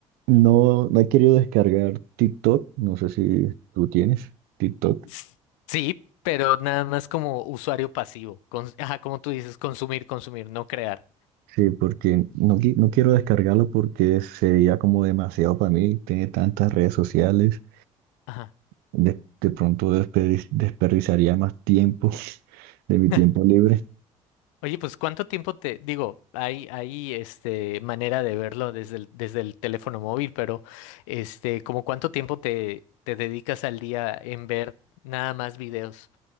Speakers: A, on the right; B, on the left.
A: no, no he querido descargar TikTok, no sé si tú tienes TikTok.
B: s- Sí, pero nada más como usuario pasivo. cons- ajá, como tú dices, consumir, consumir, no crear.
A: Sí, porque no, qui- no quiero descargarlo porque sería como demasiado para mí, tiene tantas redes sociales
B: Ajá.
A: De, de pronto desperdi- desperdiciaría más tiempo de mi tiempo
B: <laughs>
A: libre.
B: Oye, pues ¿cuánto tiempo te digo? Hay, hay este manera de verlo desde el, desde el teléfono móvil, pero este, ¿como cuánto tiempo te, te dedicas al día en ver nada más videos?